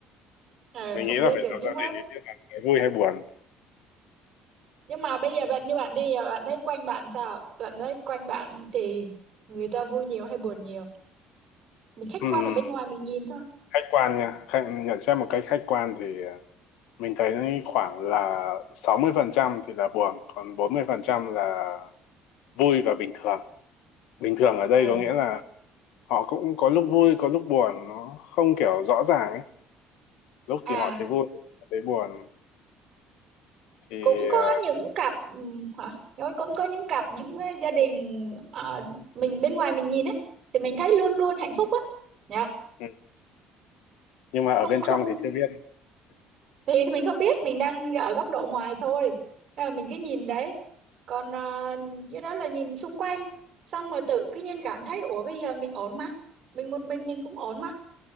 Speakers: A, on the right; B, on the left.
A: Ờ,
B: Mình
A: không
B: nghĩ là
A: biết
B: phải
A: được
B: lập
A: nhưng
B: gia
A: mà
B: đình thì biết là cái vui hay buồn.
A: nhưng mà bây giờ bạn như bạn đi giờ bạn thấy quanh bạn sao bạn thấy quanh bạn thì người ta vui nhiều hay buồn nhiều mình khách
B: Ừ.
A: quan
B: ừ,
A: ở bên
B: ừ.
A: ngoài mình nhìn thôi
B: khách quan nha khách, nhận xét một cách khách quan thì ờ, mình thấy khoảng là 60% thì là buồn còn 40% là vui và bình thường bình thường ở đây
A: à,
B: có nghĩa là họ cũng có lúc vui có lúc buồn nó không kiểu rõ ràng ấy lúc
A: à
B: thì họ thấy vui lúc thấy buồn thì
A: cũng có
B: ờ,
A: những cặp ừm, hả rồi cũng có những cặp những ờ, gia đình ờ, mình bên ngoài mình nhìn ấy thì mình thấy luôn luôn hạnh phúc á nhá
B: ừ. nhưng mà ở
A: không
B: bên
A: không
B: trong thì chưa biết
A: thì mình không biết mình đang ở góc độ ngoài thôi Nên là mình cứ nhìn đấy còn ờ, cái đó là nhìn xung quanh xong rồi tự cứ nhiên cảm thấy ủa bây giờ mình ổn mà mình một mình mình cũng ổn mà